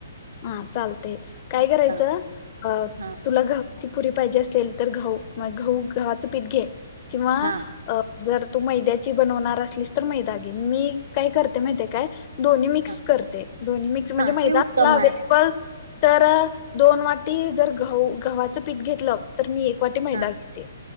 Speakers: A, on the left; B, on the right.
A: हा चालतय. काय करायचं,
B: हा
A: अ
B: हा
A: तुला घ ची पुरी पाहिजे असेल. तर गहू गहू गव्हाच पीठ घे. किंवा
B: हा
A: अ जर तू मैद्याची बनवणार असलीस तर, मैदा घे. मी काय करते माहिते काय? दोन्ही मिक्स
B: हा
A: करते. दोन्ही मिक्स म्हणजे,
B: हा
A: मैदा
B: हे उत्तम
A: आपला हवे
B: आहे
A: सल. तर दोन वाटी जर गहु, गव्हाचं पीठ घेतलं. तर मी एक वाटी मैदा
B: हा
A: घेते.